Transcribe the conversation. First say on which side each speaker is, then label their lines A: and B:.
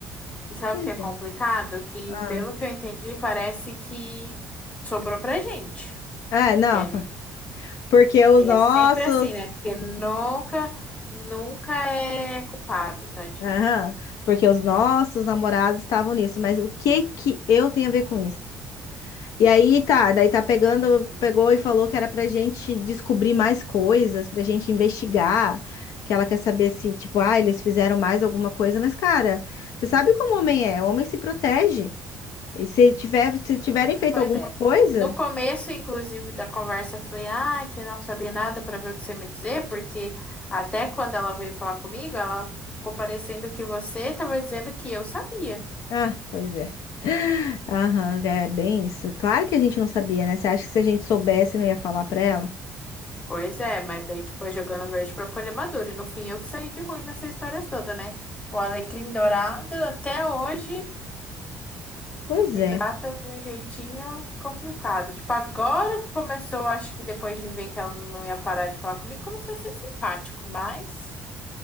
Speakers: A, on the left; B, on the left.
A: E sabe
B: Pois
A: o que é complicado?
B: é.
A: Que,
B: Ah,
A: pelo que eu entendi, parece que sobrou pra gente.
B: é, não.
A: Que a
B: <laughs>
A: gente...
B: Porque os
A: E
B: nossos.
A: é sempre assim, né? Porque nunca, nunca é culpado, tadinho.
B: Aham, porque os nossos namorados estavam nisso, mas o que que eu tenho a ver com isso? E aí tá, daí tá pegando,
A: Pois é.
B: pegou e falou que era pra gente descobrir mais coisas, pra gente investigar, que ela quer saber se, tipo, ah, eles fizeram mais alguma coisa, mas cara, você sabe como o homem é, o homem se protege. E se tiver, se tiverem feito
A: Pois
B: alguma
A: é.
B: coisa,
A: No começo, inclusive, da conversa, eu falei, ah, que não sabia nada para ver o que você me dizer, porque até quando ela veio falar comigo, ela ficou parecendo que você estava dizendo que eu sabia.
B: ah, pois é. <laughs> Aham, é bem isso. Claro que a gente não sabia, né? Você acha que se a gente soubesse, não ia falar pra ela?
A: Pois é, mas daí, tipo, é jogando verde para colher maduro. E no fim, eu que saí de ruim nessa história toda, né? O Alecrim Dourado, até hoje,
B: Pois
A: me
B: é.
A: trata de um jeitinho complicado. Tipo, agora que começou, acho que depois de ver que ela não ia parar de falar comigo, começou a ser simpático, mas...